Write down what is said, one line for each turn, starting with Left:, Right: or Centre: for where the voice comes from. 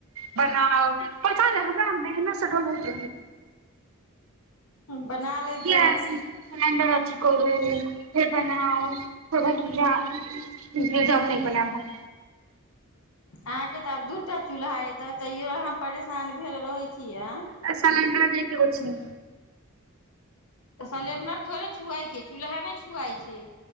Right: बनाउ पता ने हमरा ने स होत
Left: बना लैतहुँ
Right: गस <inaudible> सिल्डर अथी करू फे बनाउ फेर पूरा जब नहि बनयब भन
Left: अहाँके तऽ आब दूटा चूल्हा एतह तैयो अहाँ परेशान भेल रहैत छीयै ए
Right: सिलिडर जे एकेगो अछि
Left: तऽ सलेंडर थोड़े छुआए छै चूल्हा ने छुआए छै